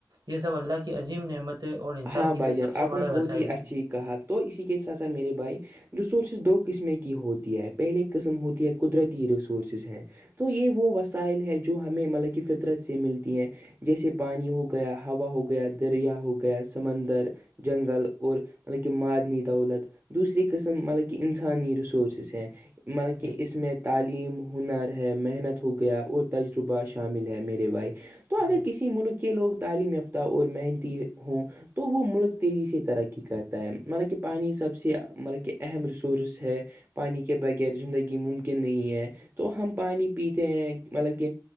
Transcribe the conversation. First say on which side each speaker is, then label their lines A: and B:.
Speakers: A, on the right; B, on the right.
A: یہ سب اللہ کی عجیب جم نعمتیں اور انسان
B: ہاں
A: کے
B: بھائی
A: لیے
B: جان
A: سب سے
B: آپ
A: بڑے
B: نے بہت
A: وسائل
B: ہی اچھی
A: ہیں
B: کہا تو اسی کے ساتھ ساتھ میرے بھائی ریسورسز دو قسمیں کی ہوتی ہے پہلے قسم ہوتی ہے قدرتی ریسورسز ہیں تو یہ وہ وسائل ہے جو ہمیں مطلب کہ فطرت سے ملتی ہیں جیسے پانی ہو گیا ہوا ہو گیا دریا ہو گیا سمندر جنگل اور مطلب کہ مادنی دولت دوسری قسم مطلب کہ انسانی ریسورسز ہیں مطلب
A: جی
B: کہ اس میں تعلیم ہنر ہے محنت ہو گیا اور تجربہ شامل ہے میرے بھائی تو اگر
A: جی
B: کسی ملک کے لوگ تعلیم یافتہ اور مہندی ہوں تو وہ ملک تیزی سے ترقی کرتا ہے مطلب کہ پانی سب سے مطلب کہ اہم ریسورس ہے پانی کے بغیر زندگی ممکن نہیں ہے تو ہم پانی پیتے ہیں مطلب کہ